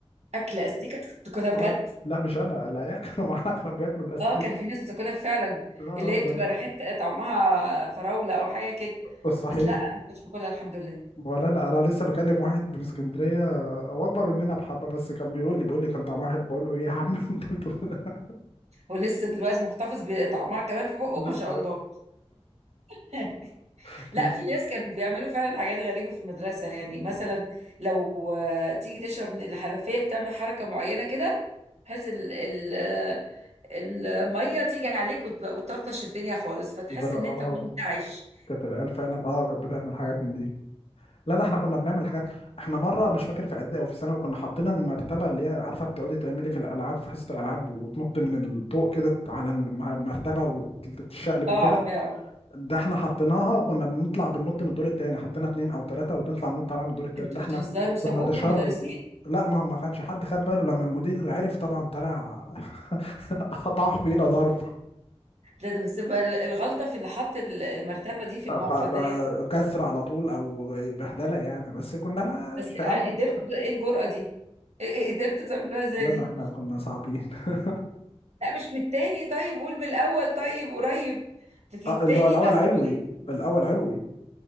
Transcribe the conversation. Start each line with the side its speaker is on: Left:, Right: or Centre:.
Right: أكل أستيكة تاكلها بجد
Left: آه، لا لا، مش انا العيال كانوا معانا كانوا بياكلوا الاستيك
Right: اه كان في ناس بتاكلها فعلا
Left: اه
Right: اللي
Left: آه،
Right: هي بتبقى
Left: ده أنا.
Right: ريحتها طعمها فراولة أو حاجة كده
Left: بس صحيح
Right: بس لا أنا ما كنتش باكلها الحمد لله
Left: ولا لا انا لسه بكلم واحد من اسكندريه آه، هو اكبر مننا بحبه بس كان بيقول لي بيقول لي كان طعمها حلو بقول له ايه يا عم <laughs> انت بتقول ده
Right: ولسه دلوقتي محتفظ بطعمها كمان في بقه
Left: لسه
Right: ما شاء
Left: بيقول
Right: الله <laughs>
Left: <laughs>
Right: لا في ناس كانوا بيعملوا فعلا حاجات غريبة في المدرسة يعني
Left: لا.
Right: مثلا لو آه، تيجي تشرب من الحنفية بتعمل حركة معينة كده بحيث ال- ال- الميه تيجي عليك وت- وتطرطش الدنيا خالص فتحس
Left: وجر-
Right: ان
Left: اه
Right: انت منتعش
Left: كانت العيال فعلا اه كانت بتعمل حاجات من دي لا ده احنا كنا بنعمل حاجات احنا مره مش فاكر في اعدادي او في ثانوي كنا حاطين المرتبه اللي هي عارفه بتقعدي تعملي في الالعاب في حصه الالعاب وتنطي من الطوق كده على المرتبه وتتشقلب
Right: اه
Left: وكده
Right: عارفاها
Left: ده احنا حطيناها وكنا بنطلع بننط من الدور التاني حطينا اتنين او تلاته وبنطلع ننط عليها من الدور التاني
Right: انتوا
Left: ده احنا
Right: بتهزروا سابوكوا
Left: كنا تشرد
Right: المدرسين
Left: لا ما ما كانش حد خد باله لما المدير عرف طبعا طلع <laughs> قطع فينا ضرب
Right: لا ده بس بقى ال- الغلطه في اللي حط ال- المرتبه دي في
Left: خ-
Right: الموقع
Left: ب-
Right: ده يعني.
Left: كسر على طول او بهدله يعني بس كنا ما
Right: بس
Left: شقاوه
Right: آه،
Left: بقى
Right: قدرت ده- ايه الجرأه دي إيه- إيه قدرت تعملوها زي
Left: لما
Right: دي
Left: احنا كنا صعبين <laughs>
Right: لا مش من التاني طيب قول من الاول طيب قريب لكن
Left: اه
Right: التاني
Left: اللي هو الاول
Right: ده صعب
Left: علوي
Right: جدا
Left: الاول علوي